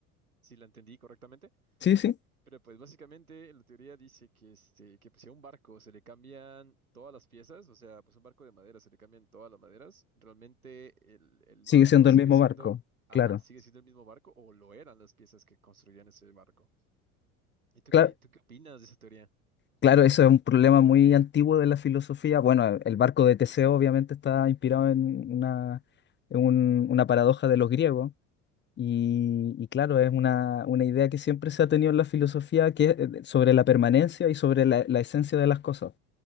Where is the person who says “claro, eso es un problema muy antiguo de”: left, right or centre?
Left